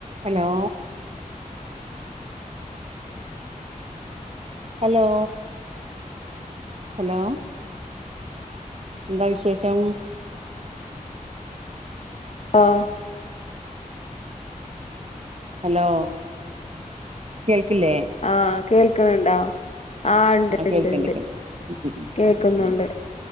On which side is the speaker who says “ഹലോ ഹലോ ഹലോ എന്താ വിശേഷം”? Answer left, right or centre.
Right